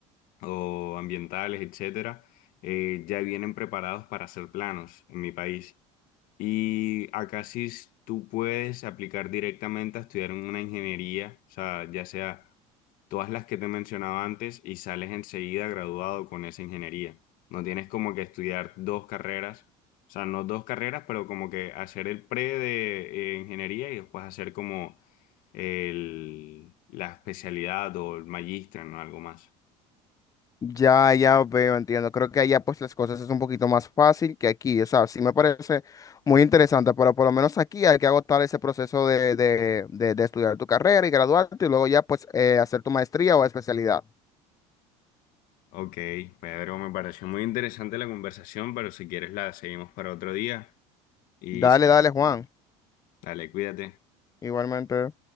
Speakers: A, on the left (about 65°); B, on the left (about 20°).
A: o ambientales, etcétera, eh, ya vienen preparados para hacer planos en mi país. Y acá sí s- tú puedes aplicar directamente a estudiar en una ingeniería, o sea, ya sea todas las que te mencionaba antes y sales enseguida graduado con esa ingeniería. No tienes como que estudiar dos carreras, o sea, no dos carreras, pero como que hacer el pre de eh, ingeniería y después hacer como el- la especialidad o el magíster, no Algo más.
B: Ya, ya veo, entiendo. Creo que allá pues las cosas es un poquito más fácil que aquí. O sea, sí me parece muy interesante, pero por lo menos aquí hay que agotar ese proceso de, de, de, de estudiar tu carrera y graduarte y luego ya pues eh, hacer tu maestría o especialidad.
A: Ok, Pedro, me pareció muy interesante la conversación, pero si quieres la seguimos para otro día y
B: Dale,
A: seguimos.
B: dale, Juan.
A: Dale, cuídate.
B: Igualmente.